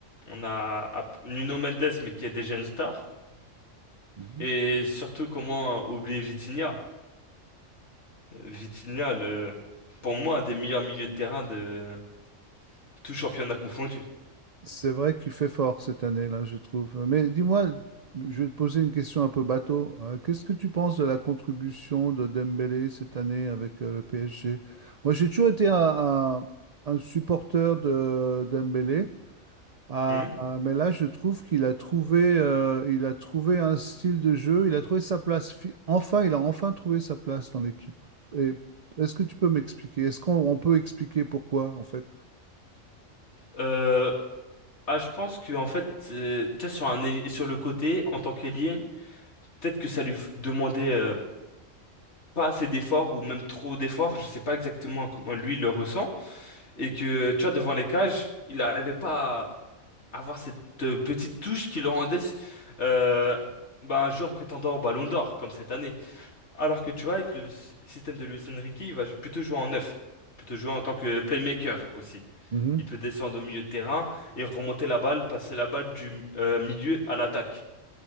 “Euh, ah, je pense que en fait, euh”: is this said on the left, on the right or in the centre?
Left